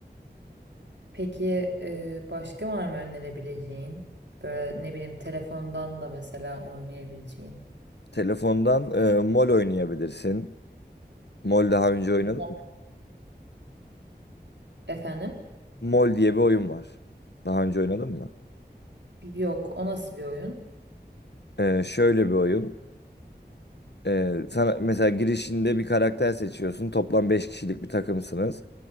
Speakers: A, on the right; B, on the left.
A: Peki e, başka var mı önerebileceğin? Böyle ne bileyim telefondan da mesela oynayabileceğim.
B: Telefondan e, MOL oynayabilirsin. MOL daha önce oynadın
A: Ama-
B: mı?
A: Efendim?
B: MOL diye bir oyun var. Daha önce oynadın mı?
A: Yok, o nasıl bir oyun?
B: E, şöyle bir oyun. E, sana mesela girişinde bir karakter seçiyorsun. Toplam 5 kişilik bir takımsınız.